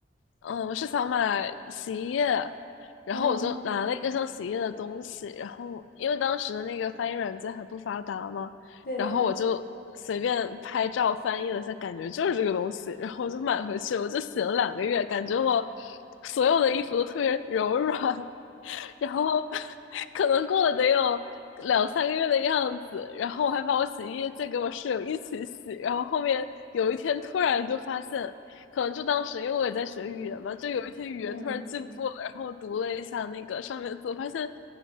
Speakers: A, on the left (about 80°); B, on the left (about 55°).
A: 嗯、我是想买洗衣液，然后我就拿了一个像洗衣液的东西，
B: 嗯
A: 然后因为当时的那个翻译软件还不发达嘛。
B: 对，
A: 然后我就随便拍照翻译了一下，感觉就是这个东西，然后我就买回去我就洗了两个月，感觉我所有的衣服都特别柔软，然后可能过了得有两三个月的样子，然后我还把我洗衣液借给我室友一起洗，然后后面有一天突然就发现，可能就当时因为我也在学语言嘛，
B: 嗯
A: 就有一天语言突然进步了，
B: 嗯，
A: 然后我读了一下那个上面的字，我发现